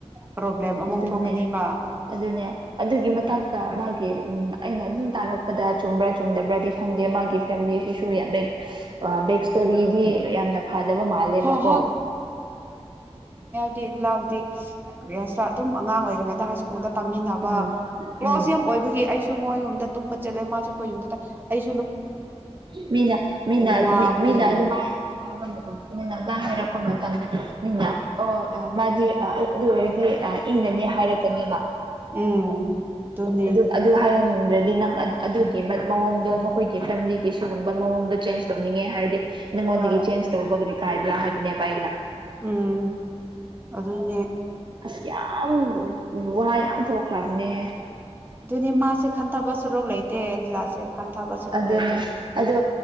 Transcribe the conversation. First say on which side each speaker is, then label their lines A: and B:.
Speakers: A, on the right (about 20°); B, on the right (about 45°).
A: ꯄ꯭ꯔꯣꯕ꯭ꯂꯦꯝ ꯑꯃꯨꯛ
B: ꯑꯗꯨꯅꯦ
A: ꯊꯣꯛꯀꯅꯤꯕ
B: ꯑꯗꯨꯅꯦ ꯑꯗꯨꯒꯤ ꯃꯊꯛꯇ ꯃꯥꯒꯤ ꯎꯝ ꯑꯩꯅ ꯑꯗꯨꯝ ꯇꯥꯔꯛꯄꯗ ꯆꯨꯝꯕ꯭ꯔꯥ ꯆꯨꯝꯗꯕ꯭ꯔꯗꯤ ꯈꯪꯗꯦ ꯃꯥꯒꯤ ꯐꯦꯃꯤꯂꯤꯁꯤꯁꯨ ꯌꯥꯝ ꯦꯛ ꯕꯦꯛ ꯏꯁꯇꯣꯔꯤꯗꯤ ꯌꯥꯝꯅ ꯐꯗꯕ ꯃꯥꯜꯂꯦꯕꯀꯣ
A: ꯍꯣꯏ ꯂꯥꯕꯨꯗꯤ ꯔꯤꯌꯥꯁ ꯑꯗꯨꯝ ꯑꯉꯥꯡ ꯑꯣꯏꯔꯤꯉꯩꯗ ꯍꯥꯏ ꯁ꯭ꯀꯨꯜꯗ ꯇꯝꯃꯤꯟꯅꯕ
B: ꯎꯝ
A: ꯀ꯭ꯂꯣꯁ
B: ꯎꯝ
A: ꯌꯥꯝ ꯑꯣꯏꯕꯒꯤ ꯑꯩ ꯃꯣꯏ ꯌꯨꯝꯝꯗ ꯇꯨꯝꯕ ꯆꯠꯂꯦ ꯃꯥꯁꯨ ꯑꯩꯈꯣꯏ ꯌꯨꯝꯗꯇ ꯑꯩ
B: ꯃꯤꯅ ꯃꯤꯅ
A: ꯋꯥꯕꯅꯦ
B: ꯃꯤꯅ ꯑꯗꯨꯃꯥꯏ ꯍꯥꯏꯕ ꯃꯇꯝꯗ ꯃꯤꯅ ꯑꯗꯨꯃꯥꯏ ꯍꯥꯏꯔꯛꯄ ꯃꯇꯝꯗ ꯃꯤꯅ ꯑꯣ ꯃꯥꯗꯤ ꯑꯗꯨ ꯏꯪꯅꯅꯦ ꯍꯥꯏꯔꯛꯀꯅꯦꯕ
A: ꯎꯝ ꯑꯗꯨꯅꯦ
B: ꯑꯗꯨ ꯑꯗꯨ ꯍꯥꯏꯍꯟꯅꯤꯡꯉꯤ ꯗꯤ ꯅꯪ ꯑꯗꯨꯒꯤ ꯃꯑꯣꯡꯗꯣ ꯃꯈꯣꯏꯒꯤ ꯐꯦꯃꯤꯂꯤ ꯁꯤꯒꯨꯝꯕ ꯃꯑꯣꯡꯗꯣ ꯆꯦꯟꯖ ꯇꯧꯅꯤꯡꯉꯦ ꯍꯥꯏꯔꯗꯤ ꯅꯪꯉꯣꯟꯗꯒꯤ
A: ꯍꯣꯏ
B: ꯆꯦꯟꯖ ꯇꯧꯕꯒ ꯀꯥꯏꯕ꯭ꯔꯥ ꯍꯥꯏꯕꯅꯦꯕ ꯑꯩꯅ
A: ꯎꯝ ꯑꯗꯨꯅꯦ
B: ꯑꯁ ꯌꯥꯝ ꯎ ꯋꯥꯍ ꯌꯥꯝ ꯊꯣꯛꯈ꯭ꯔꯕꯅꯦ
A: ꯑꯗꯨꯅꯤ ꯃꯥꯁꯦ ꯈꯟꯊꯕ ꯁꯨꯔꯣꯛ ꯂꯩꯇꯦ ꯑꯦꯟꯖꯤꯂꯥꯁꯦ ꯈꯟꯊꯕ ꯁꯔꯨꯛ
B: ꯑꯗꯨꯅꯦ
A: ꯂꯩꯇꯦ
B: ꯑꯗꯣ